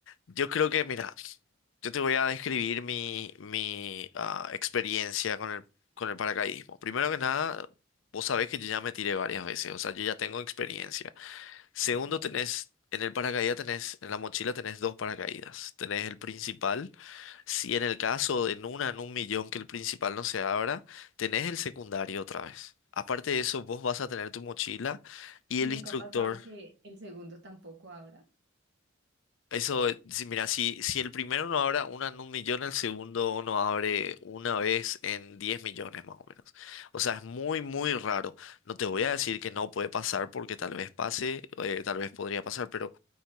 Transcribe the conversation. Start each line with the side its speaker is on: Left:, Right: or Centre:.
Left: yo creo que, mira, yo te voy a describir mi, mi ah, experiencia con el, con el paracaidismo. Primero que nada, vos sabés que yo ya me tiré varias veces, o sea, yo ya tengo experiencia. Segundo,
Right: Ok.
Left: tenés en el paracaídas, tenés en la mochila, tenés dos paracaídas. Tenés el principal. Si en el caso de en una en un millón que el principal no se abra, tenés el secundario otra vez. Aparte de eso, vos vas a tener tu mochila y
Right: Y
Left: el
Right: nunca
Left: instructor.
Right: ha pasado que el segundo tampoco abra.
Left: Eso, eh, si, mira, si, si el primero no abre una en un millón, el segundo no abre una vez en 10 millones más o menos. O sea, es muy, muy raro. No te voy a decir que no puede pasar porque tal vez pase, eh, tal vez podría pasar, pero